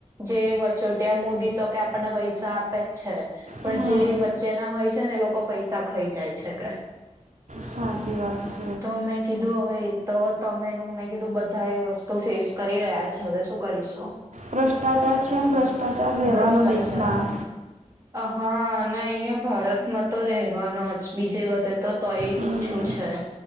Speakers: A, on the right; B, on the right.
A: જે વચોટિયા મોદી તો કે આપણને પૈસા આપે જ છે. પણ
B: હમ
A: જે વચ્ચે ના હોય છે ને એ લોકો પૈસા ખાઈ જાય છે કે.
B: સાચી વાત છે.
A: તોમે કીધું હવે એ તો તમેનું મેં કીધું બધા એ વસ્તુ ફેસ કરી રહ્યા છે હવે શું કરીશો.
B: ભ્રષ્ટાચાર છે ન ભ્રષ્ટાચાર રહેવાનો
A: ભ્રષ્ટાચાર
B: દેશમાં.
A: હા અને અહિયાં ભારતમાં તો રહેવાનો જ બીજે બધે તો તોય
B: હમ
A: છું છે.